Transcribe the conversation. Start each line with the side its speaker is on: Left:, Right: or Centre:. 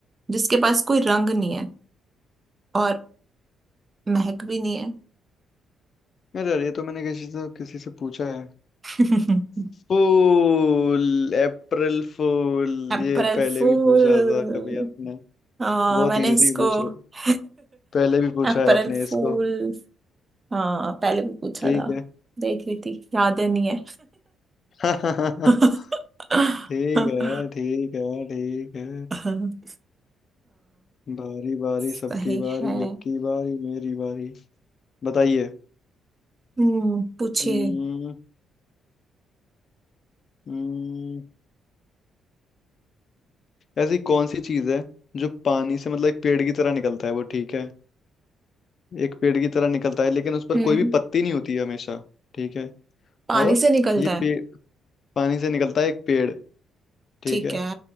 Right: जिसके पास कोई रंग नहीं है और महक भी नहीं
Left: अरे यार ये तो मैंने किसी से किसी से पूछा है
Right: है <laughs>
Left: फूल अप्रैल फूल
Right: अप्रैल
Left: ये पहले
Right: फूल
Left: भी पूछा था कभी आपने
Right: हाँ
Left: बहुत
Right: मैंने
Left: इजी
Right: इसको
Left: पूछ रहे हो।
Right: <laughs>
Left: पहले भी पूछा
Right: अप्रैल
Left: है आपने
Right: फूल
Left: इसको
Right: हाँ पहले भी पूछा
Left: ठीक
Right: था
Left: है
Right: देख रही थी याद है नहीं है
Left: <laughs>
Right: <laughs>
Left: ठीक है ठीक है ठीक है
Right: हाँ
Left: बारी बारी
Right: सही
Left: सबकी बारी
Right: है
Left: यबकी बारी मेरी बारी बताइए
Right: हम्म पूछिए
Left: हम्म, हम्म, ऐसी कौन सी चीज है जो पानी से मतलब एक पेड़ की तरह निकलता है वो ठीक है एक पेड़ की तरह निकलता है लेकिन उस पर
Right: हम्म
Left: कोई भी पत्ती नहीं होती है हमेशा ठीक है
Right: पानी
Left: और
Right: से निकलता
Left: ये
Right: है
Left: पेड़ पानी से निकलता है एक पेड़ ठीक
Right: ठीक
Left: है
Right: है